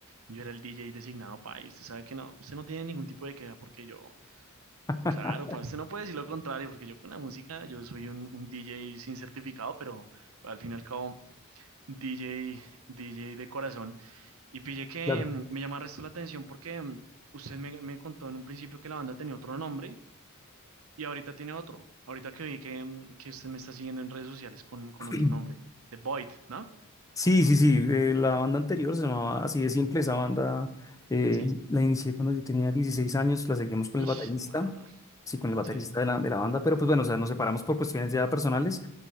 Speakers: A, on the right (about 70°); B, on the left (about 15°).
A: yo era el DJ designado, pa, y usted sabe que no, usted no tiene ningún tipo de queja porque yo.
B: <laughs>
A: Claro, para usted no puede decir lo contrario, porque yo con la música, yo soy un, un DJ sin certificado, pero al fin y al cabo, DJ, DJ de corazón. Y pille que
B: Claro.
A: mm, me llama el resto la atención porque mm, usted me, me contó en un principio que la banda tenía otro nombre y ahorita tiene otro. Ahorita que vi que, mm, que usted me está siguiendo en redes sociales con, con
B: <clears throat>
A: otro nombre, The Void, ¿no?
B: Sí, sí, sí, eh, la banda anterior se llamaba así de simple, esa banda eh,
A: Sí.
B: la inicié cuando yo tenía 16 años, la seguimos con
A: Ish,
B: el baterista,
A: mano.
B: sí, con el baterista
A: Sí.
B: de la, de la banda, pero pues bueno, o sea, nos separamos por cuestiones ya personales.